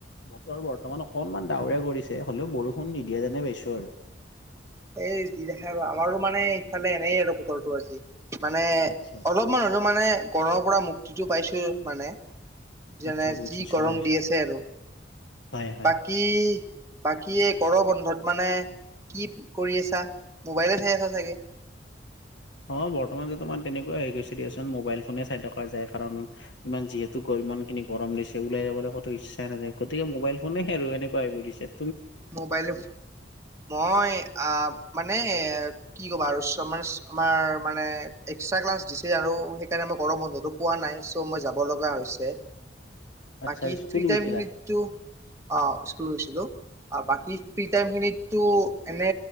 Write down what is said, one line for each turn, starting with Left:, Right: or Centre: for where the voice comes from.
Left: বতৰ বৰ্তমান অকনমান ডাৱৰীয়া কৰিছে। হ'লেও বৰষুণ নিদিয়ে যেনে পাইছো আৰু।
Right: এই যি দেখা, আমাৰো মানে এইফালে এনেই আৰু বতৰটো আজি। মানে,
Left: আচ্ছা,
Right: অলপমান হ'লেও মানে গৰমৰ পৰা মুক্তিটো পাইছো মানে। যেনে,
Left: আচ্ছা বুজিছো
Right: যি গৰম
Left: বুজিছো,
Right: দি আছে আৰু।
Left: হয় হয়।
Right: বাকী, বাকী গৰম বন্ধত মানে। কি কৰি আছা? মোবাইলে চাই আছা চাগে।
Left: অ' বৰ্তমানটো তোমাৰ তেনেকুৱা হৈ গৈছে দিয়াচোন, মোবাইল ফোনে চাই থকা যায়। কাৰণ ইমান যিহেতু। ইমানখিনি গৰম দিছে ওলাই যাবলৈ ক'তো ইচ্ছা নাযায়। গতিকে মোবাইল ফোনে আৰু এনেকুৱা হৈ গৈছে।
Right: মোবাইলত, মই আহ্। মানে, কি ক'বা আৰু চাৰ্মাৰচ আমাৰ মানে এক্সটা ক্লাছ দিছে আৰু সেইকাৰণে গৰম বন্ধটো পোৱা নাই চ' মই যাব লগা হৈছে
Left: আচ্ছা,
Right: বাকী
Left: স্কুল
Right: ফ্ৰী টাইমখিনিতো,
Left: গৈছিলা?
Right: অ', স্কুল গৈছিলোঁ বাকী ফ্ৰী টাইম খিনিত এনে